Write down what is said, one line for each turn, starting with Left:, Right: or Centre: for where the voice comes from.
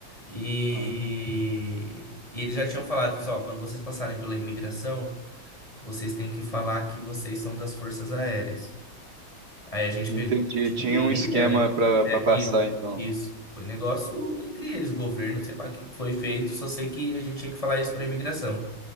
Left: e,
Right: Ah,
Left: e eles já tinham falado, pessoal, quando vocês passarem pela imigração, vocês têm que falar que vocês são das Forças Aéreas. Aí a gente
Right: entendi.
Left: pegou, e a gente
Right: Tinha
Left: nem,
Right: um
Left: nem
Right: esquema
Left: era.
Right: pra,
Left: É,
Right: pra passar,
Left: e,
Right: então.
Left: isso. Foi negócio entre eles, governo, sei lá o que foi feito, só sei que a gente tinha que falar isso para imigração.